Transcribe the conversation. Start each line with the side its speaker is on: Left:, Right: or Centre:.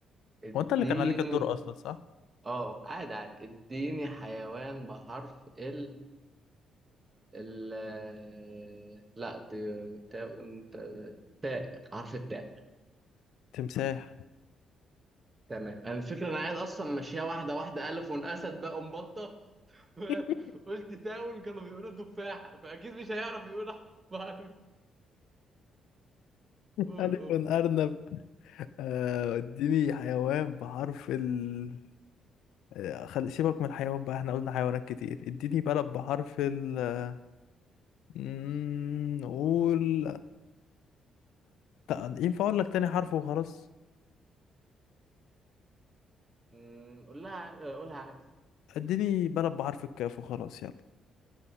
Right: اديني
Left: هو انت اللي كان عليك الدور اصلا صح
Right: اه عادي عادي اديني حيوان بحرف ال ال آه، لا دي تاء انت تاء حرف التاء
Left: تمساح
Right: تمام انا الفكرة انا عايز اصلا ماشية واحدة واحدة الف اسد بقى ومبطة <laughs>
Left: <laughs>
Right: قلت تاون كانوا بيقولوا تفاحة فاكيد مش هيعرف يقول بحرف
Left: ألف
Right: قول قول
Left: أرنب آه، اديني حيوان بحرف ال آه، خل... سيبك من الحيوان بقى احنا قلنا حيوانات كتير اديني بلد بحرف ال مم، نقول تق- ينفع اقول لك تاني حرف وخلاص
Right: مم، قول لها قولها عادي
Left: اديني بلد بحرف الكاف وخلاص يلا